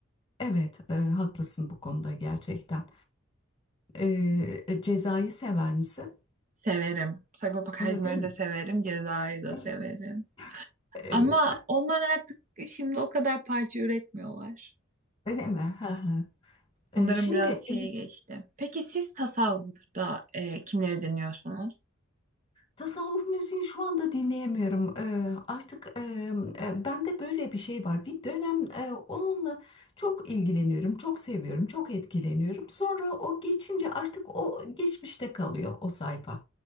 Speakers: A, on the left; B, on the right.
A: Evet, e, haklısın bu konuda gerçekten. Ee, cezayı sever misin?
B: Severim. Sagopa Kajmer'i
A: Ee, Değil mi?
B: de severim. Ceza'yı da
A: <laughs>
B: severim.
A: Evet.
B: Ama onlar artık şimdi o kadar parça üretmiyorlar.
A: Öyle mi? Hı hı. Ee,
B: Onların
A: şimdi
B: biraz
A: e,
B: şeye geçti. Peki siz tasavvufta e, kimleri dinliyorsunuz?
A: tasavvuf müziği şu anda dinleyemiyorum. Ee, artık e, e, bende böyle bir şey var. Bir dönem e, onunla çok ilgileniyorum, çok seviyorum, çok etkileniyorum. Sonra o geçince artık o geçmişte kalıyor o sayfa.